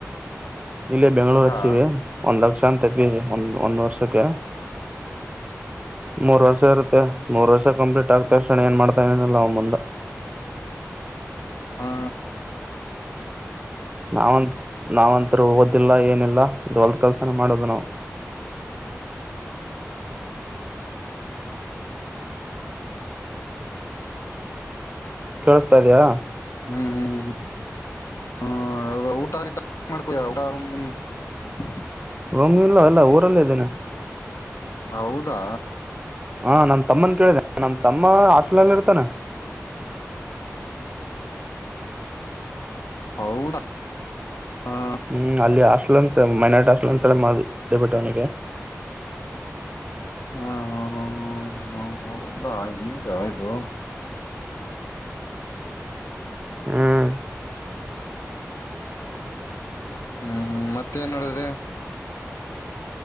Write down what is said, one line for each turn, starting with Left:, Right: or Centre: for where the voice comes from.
Right: ಇಲ್ಲಿ ಬೆಂಗಳೂರ ಹಚ್ಚಿವಿ
Left: ಹಾ
Right: ಒಂದ್ ಲಕ್ಷ ಅಂತ ಫೀಸ್ ಒಂದ ಒಂದ್ ವರ್ಷಕ್ಕೆ. ಮೂರ್ ವರ್ಷ ಇರುತ್ತೆ ಮೂರ್ ವರ್ಷ ಕಂಪ್ಲೀಟ್ ಆಗ್ತಕ್ಷಣ ಏನ್ ಮಾಡ್ತಾನೋ ಏನಿಲ್ಲ ಅವ ಮುಂದ.
Left: ಹಾ
Right: ನಾವಂತ್ ನಾವಂತರು ಓದಿಲ್ಲ ಏನಿಲ್ಲ ಇದು ಹೊಲ್ದ ಕೆಲ್ಸನೇ ಮಾಡೋದ ನಾವು. ಹಾ ಕೇಳಸ್ತಾ ಇದೆಯಾ?
Left: ಹ್ಮ್ ಹ್ಮ್ ಹ್ಮ್ ಹ್ಮ ಅ ಊಟಾ ಗಿಟಾ ಏನ್ ಮಾಡ್ತೀಯಾ <unintelligible>
Right: ರಮ ಇಲ್ಲಾ ಅಲ್ಲ ಊರಲ್ಲೇ ಇದಾನೆ.
Left: ಹೌದಾ?
Right: ಹಾ ನಮ ತಮ್ಮನ್ ಕೇಳಿದೆ ನಮ ತಮ್ಮ ಹಾಸ್ಟ್ಲಲ್ ಇರ್ತಾನೆ.
Left: ಹೌದಾ ಹ
Right: ಹ್ಮ್ ಅಲ್ಲಿ ಹಾಸ್ಟ್ಲ್ ಅಂತ ಮೈನಾರಟಿ ಹಾಸ್ಟ್ಲ್ ಅಂತ <unintelligible> ಅವನಿಗೆ
Left: ಹ್ಮ ಹ ಹ ಹ ಹ ಹೌದಾ ಹಿಂಗ್ ಇದು.
Right: ಹಂ
Left: <unintelligible>
Right: <unintelligible>
Left: ಹ್ಮ್ ಹ್ಮ್ ಮತ್ತ ಏನ್ ನೋಡದದೆ.